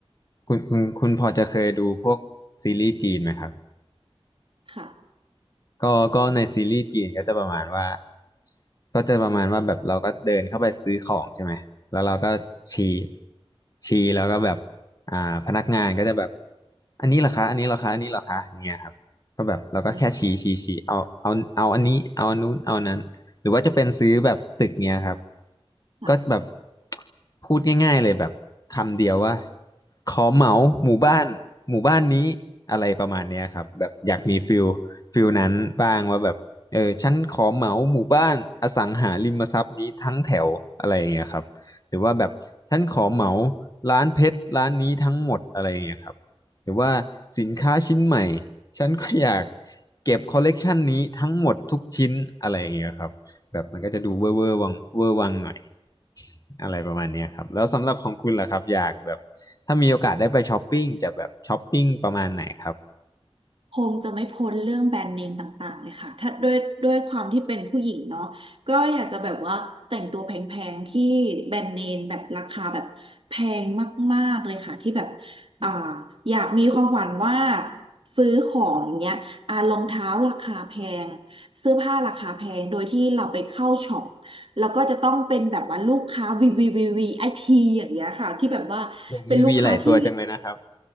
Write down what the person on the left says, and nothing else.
คุณคุณคุณพอจะเคยดูพวกซีรีส์จีนไหมครับ
ก็ก็ในซีรีส์จีนก็จะประมาณว่าก็จะประมาณว่าแบบเราก็เดินเข้าไปซื้อของใช่ไหมแล้วเราก็ชี้ชี้แล้วก็แบบ
อ่าพนักงานก็จะแบบอันนี้เหรอคะอันนี้เหรอคะอันนี้เหรอคะอย่างเงี้ยครับก็แบบเราก็แค่ชี้ชี้ชี้เอาเอาเอาอันนี้เอาอันนู้นเอาอันนั้นหรือว่าจะเป็นซื้อแบบตึกเนี้ยครับ
ก็แบบพูดง่ายๆเลยแบบคำเดียวว่าขอเหมาหมู่บ้านหมู่บ้านนี้อะไรประมาณเนี้ยครับแบบอยากมีฟิล ฟิลนั้นบ้างว่าแบบเออฉันขอเหมาหมู่บ้านอสังหาริมทรัพย์นี้ทั้งแถวอะไรอย่างเงี้ยครับหรือว่าแบบฉันขอเหมาร้านเพชรร้านนี้ทั้งหมดอะไรอย่างเงี้ยครับหรือว่าสินค้าชิ้นใหม่ฉันก็อยากเก็บคอลเลกชันนี้ทั้งหมดทุกชิ้นอะไรอย่างเงี้ยครับแบบมันก็จะดูเวอร์เวอร์วังเวอร์วังหน่อยอะไรประมาณเนี้ยครับแล้วสำหรับของคุณล่ะครับอยากแบบถ้ามีโอกาสได้ไปช้อปปิ้งจะแบบช้อปปิ้งประมาณไหนครับ
โอ้มีวีหลายตัวจังเลยนะครับ